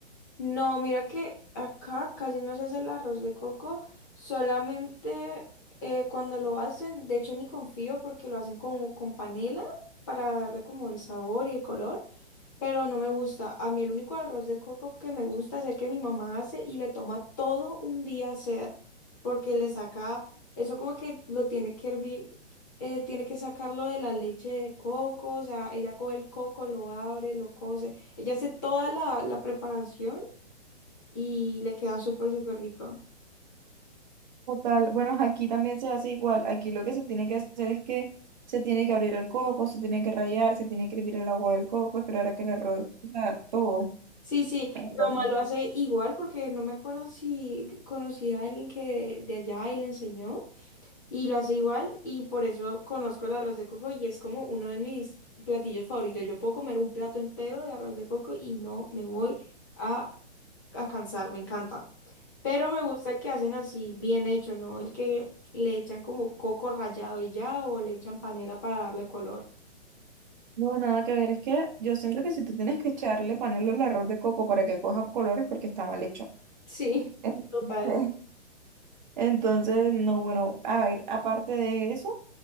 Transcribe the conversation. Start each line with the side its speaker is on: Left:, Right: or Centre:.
Left: No, mira que acá casi no se hace el arroz de coco, solamente eh, cuando lo hacen, de hecho ni confío porque lo hacen como con panela para darle como el sabor y el color, pero no me gusta. A mí el único arroz de coco que me gusta es el que mi mamá hace y le toma todo un día hacer porque le saca, eso como que lo tiene que hervir, eh, tiene que sacarlo de la leche de coco, o sea, ella coge el coco, lo abre, lo cose. Ella hace toda la, la preparación y le queda súper, súper rico.
Right: Total, bueno, aquí también se hace igual. Aquí lo que se tiene que hacer es que se tiene que abrir el coco, se tiene que rallar se tiene que hervir el agua del coco, esperar a que el arroz, o sea, todo.
Left: Sí, sí,
Right: Entonces,
Left: mi mamá lo hace igual porque no me acuerdo si conocí a alguien que de allá y le enseñó y lo hace igual y por eso conozco el arroz de coco y es como uno de mis platillos favoritos. Yo puedo comer un plato entero de arroz de coco y no me voy a, a cansar, me encanta. Pero me gusta el que hacen así bien hecho, ¿no? El que le echan como coco rallado y ya o le echan panela para darle color.
Right: No, nada que ver, es que yo siento que si tú tienes que echarle, ponerle el arroz de coco para que coja colores porque está mal hecho.
Left: Sí,
Right: Entonces,
Left: total.
Right: <laughs> entonces, no, bueno, a ver, aparte de eso,